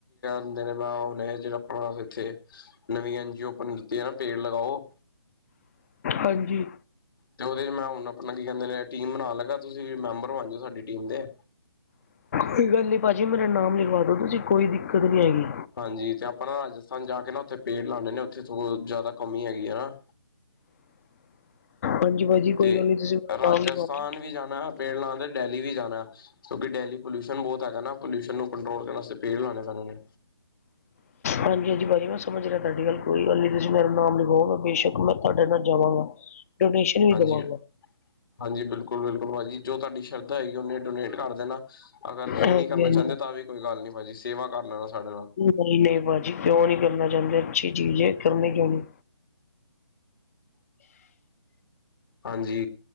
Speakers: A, on the left (about 55°); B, on the left (about 35°).
A: ਦਿੰਦੇ ਨੇ ਮੈਂ ਓਨੇ ਜੇੜਾ ਆਪਨਾ ਏਥੇ ਨਵੀਂ ਐਨ ਜੀ ਓ ਓਪਨ ਕੀਤੀ ਆ ਨਾ ਪੇੜ ਲਗਾਓ।
B: ਹਾਂਜੀ।
A: ਤੇ ਓਦੇ ਚ ਮੈਂ ਹੁਨ ਆਪਨਾ ਕੀ ਕੈਂਦੇ ਨੇ ਟੀਮ ਬਨਾਲਾਂਗਾ ਤੁਸੀਂ ਵੀ ਮੈਂਬਰ ਬਨ ਜੋ ਸਾਡੀ ਟੀਮ ਦੇ।
B: ਕੋਈ ਗੱਲ ਨੀ ਭਾਜੀ ਮੇਰਾ ਨਾਮ ਲਿਖਵਾ ਦੋ ਤੁਸੀਂ ਕੋਈ ਦਿੱਕਤ ਨੀ ਹੈਗੀ।
A: ਹਾਂਜੀ ਤੇ ਆਪਾਂ ਨਾ ਰਾਜਸਥਾਨ ਜਾ ਕੇ ਨਾ ਓਥੇ ਪੇੜ ਲਾਂਨੇ ਨੇ ਓਥੇ ਤੋ ਜ਼ਾਦਾ ਕਮੀ ਹੈਗੀ ਐ ਨਾ।
B: ਹਾਂਜੀ ਭਾਜੀ ਕੋਈ
A: ਤੇ
B: ਗੱਲ ਨਹੀਂ ਤੁਸੀਂ ਮੇਰਾ
A: ਰਾਜਸਥਾਨ
B: ਨਾਮ ਲਿਖਵਾ ਦਿਓ
A: ਵੀ ਜਾਨਾ ਪੇੜ ਲਾਨ ਤੇ ਡੈਲੀ ਵੀ ਜਾਨਾ। ਕਿਓਂਕਿ ਡੈਲੀ ਪੋਲਿਊਸ਼ਨ ਬੋਤ ਹੈਗਾ ਨਾ ਪੋਲਿਊਸ਼ਨ ਨੂੰ ਕੰਟਰੋਲ ਕਰਨ ਵਸਤੇ ਪੇੜ ਲਾਨੇ ਪੈਨੇ ਨੇ।
B: ਹਾਂਜੀ-ਹਾਂਜੀ ਭਾਜੀ ਮੈਂ ਸਮਝ ਰਿਆ ਤਾਡੀ ਗੱਲ ਕੋਈ ਗੱਲ ਨੀ ਤੁਸੀਂ ਮੇਰਾ ਨਾਮ ਲਿਖਵਾਓ ਮੈਂ ਬੇਸ਼ੱਕ ਮੈਂ ਤਾਡੇ ਨਾਲ ਜਾਵਾਂਗਾ। ਡੋਨੇਸ਼ਨ ਵੀ
A: ਹਾਂਜੀ
B: ਦਵਾਂਗਾ।
A: ਹਾਂਜੀ ਬਿਲਕੁਲ-ਬਿਲਕੁਲ ਭਾਜੀ ਜੋ ਤਾਡੀ ਸ਼ਰਧਾ ਹੈਗੀ ਓਨੇ ਡੋਨੇਟ ਕਰ ਦੇਨਾ ਅਗਰ ਤੁਸੀਂ
B: ਹਾਂਜੀ
A: ਨਈ ਕਰਨਾ
B: ਹਾਂਜੀ
A: ਚਾਂਦੇ ਤਾਂ ਵੀ ਕੋਈ ਗੱਲ ਨੀ ਭਾਜੀ ਸੇਵਾ ਕਰ ਲੈਨਾ ਸਾਡੇ ਨਾਲ।
B: ਨਈ-ਨਈ ਭਾਜੀ ਕਿਓਂ ਨੀ ਕਰਨਾ ਚਾਂਦੇ ਅੱਛੀ ਚੀਜ਼ ਐ ਕਰਨੀ ਕਿਓਂ ਨੀ।
A: ਹਾਂਜੀ